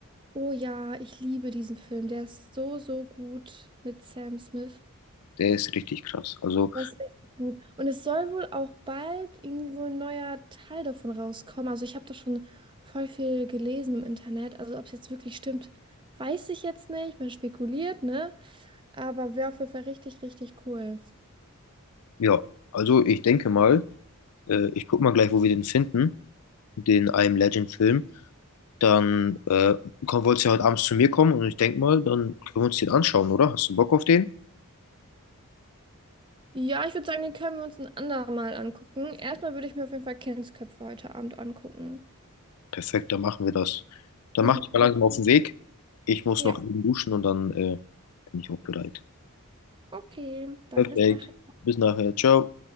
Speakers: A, on the right (about 20°); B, on the left (about 85°).
A: Oh ja, ich liebe diesen Film. Der ist so, so gut mit Sam Smith.
B: Der ist richtig krass. Also,
A: Das ist richtig gut. Und es soll wohl auch bald irgendwo ein neuer Teil davon rauskommen. Also ich habe da schon voll viel gelesen im Internet. Also ob es jetzt wirklich stimmt, weiß ich jetzt nicht. Man spekuliert, ne? Aber wäre auf jeden Fall richtig, richtig cool.
B: ja, also ich denke mal, äh, ich guck mal gleich, wo wir den finden, den I Am Legend Film. Dann äh, komm, wolltest du ja heute abends zu mir kommen und ich denke mal, dann können wir uns den anschauen, oder? Hast du Bock auf den?
A: Ja, ich würde sagen, den können wir uns ein andermal angucken. Erstmal würde ich mir auf jeden Fall Kindsköpfe heute Abend angucken.
B: Perfekt, dann machen wir das. Dann
A: Mhm.
B: mach dich mal
A: Okay.
B: langsam auf den Weg. Ich muss
A: Ja,
B: noch eben duschen und dann äh, bin ich auch bereit.
A: okay. Dann
B: Perfekt.
A: bis nachher.
B: Bis nachher. Ciao.